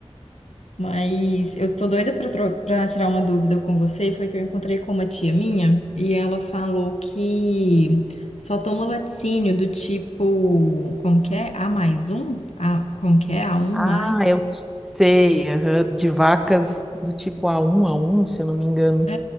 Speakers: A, on the left; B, in the centre.
A: Mas eu tô doida pra, tro- pra tirar uma dúvida com você. Foi que eu encontrei com uma tia minha e ela falou que só toma laticínio do tipo, como que é? A mais um? A, como que é? A um
B: Ah,
A: mais?
B: eu t- sei, aham, de vacas do tipo a um a um, se eu não me engano.
A: É,